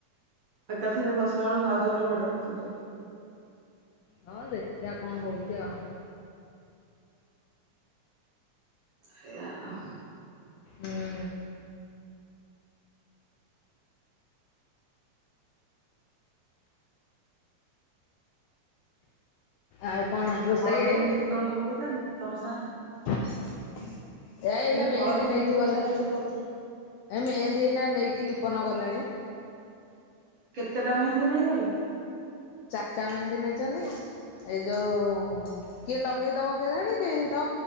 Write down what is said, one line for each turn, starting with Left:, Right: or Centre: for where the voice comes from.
Right: ଏକାଥରେ ଦଶହରା ବେଳୁ ଭାଉଜହର <unintelligible>
Left: ହଁ ଦେଖିବା କଣ ହଉଛି ଆଉ?
Right: ସେଇଆଉ
Left: ହୁଁ ଆଉ କଣ ରୋଷେଇ
Right: ହଳଦୀ
Left: ହେଇନି?
Right: ମେହେନ୍ଦି କେତେବେଳେ ହବ କେଜାଣି ତମ ସାହିରେ?
Left: ଏ ଏଇନା
Right: ମୁଁ କହିଲି
Left: ମେହନ୍ଦୀ
Right: ହଳଦୀ ମେହେନ୍ଦି
Left: ନେଇକି
Right: ତମ
Left: ଗଲ
Right: ସାହିରେ କେତେବେଳେ
Left: ଏ ମେହେନ୍ଦୀ ହେଇନା ନେଇକି ଲିପନ ଗଲେଣି।
Right: କେତେ ଟା ମେହେନ୍ଦୀ ନେଇ ଗଲେ?
Left: ଚାରିଟା ମେହେନ୍ଦୀ ନେଇଛନ୍ତି ଏଇ ଯଉଁ କିଏ ଲଗେଇଦବ କିଏ ଜାଣି କେହି ତ